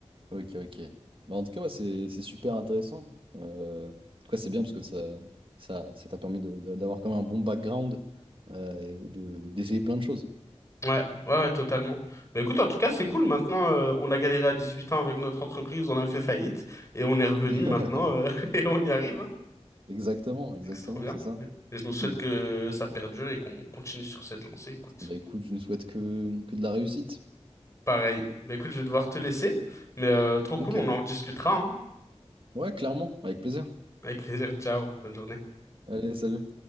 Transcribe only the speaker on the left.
Ouais, ouais, ouais, totalement. Bah écoute, en tout cas, c'est cool.
Maintenant, euh, on a galéré à 18 ans avec notre entreprise, on a fait faillite et on est revenu
maintenant euh, <laughs> et on y arrive, hein.
Donc, C'est trop bien.
Et je nous souhaite
que ça perdure et qu'on continue sur cette lancée. Écoute,
pareil. Bah écoute, je vais devoir te laisser, mais euh, trop cool,
on en rediscutera, hein.
Avec plaisir, ciao, bonne journée.